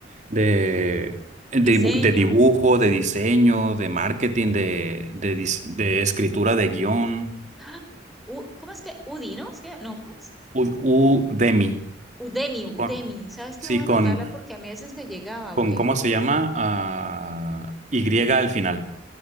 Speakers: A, on the right; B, in the centre.
A: De, de,
B: Diseño.
A: dibu- de dibujo, de diseño, de marketing, de, de, dis- de escritura de guión,
B: ¡Ah! U- ¿Cómo es que? Udino, ¿no? ¿Es que? No, ¿cómo es?
A: U- Udemy.
B: Udemy, Udemy.
A: Con-
B: ¿Sabes qué?
A: sí,
B: Voy a anotarla
A: con,
B: porque a mí a veces me llegaba, güey.
A: con, ¿cómo se llama? Ah, Y al final.